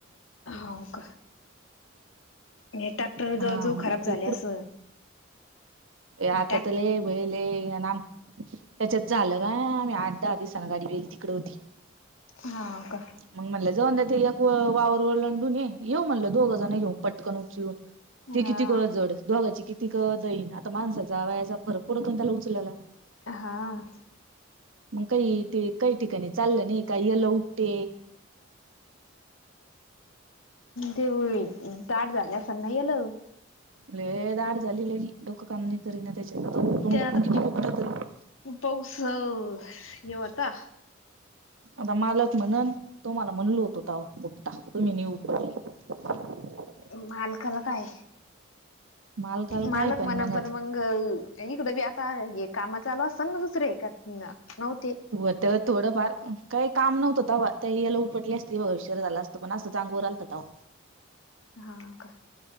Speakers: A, on the left; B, on the right.
A: हो का. हे ट्रॅक्टर जवळजवळ
B: हा मग
A: खराब
B: ते
A: झाले असन.
B: हे आता
A: टॅक
B: तर लय बैलये आन आम त्याच्यात झालं का आम्ही आठ दहा दिसांना गाडी बैल तिकड होती.
A: हा का.
B: मग म्हणलं जाऊंदे ते एक वावर ओलांडून ये येऊ म्हणलं दोघं जण घेऊ पटकन उचलून. ते
A: हा
B: किती क जड दोघाची कितीक जाईन आत माणसाचा वयाचा फरक पडतो ना त्याला उचलायला
A: हा
B: मंग काई ते काही ठिकाणी चाललं नाही काई येल उपटे
A: तेवळी दाट झाल्या असनना येल.
B: लई दाट झाली लई, डोकं काम नाय करी ना त्याच्यात आता उपटून-उपटून
A: ते आता
B: किती उपटल तरी.
A: पाऊस अ ये वता.
B: आता मालक म्हणन तुम्हाला म्हणलो होतो तवा उपटा तुम्ही नाई उपटले <inaudible>
A: मालकाला काय
B: मालकाला
A: मालक
B: काय पण
A: म्हनन
B: मग
A: परत मंग गळु इकडं बी आता हे कामं चालू असताना दुसरी का न-नव्हते.
B: व्हतं थोडंफार काय काम नव्हत तवा ते येल उपटली असती <unintelligible> झाला अस तो पण असंच आंग वर आलत तवा.
A: हा का.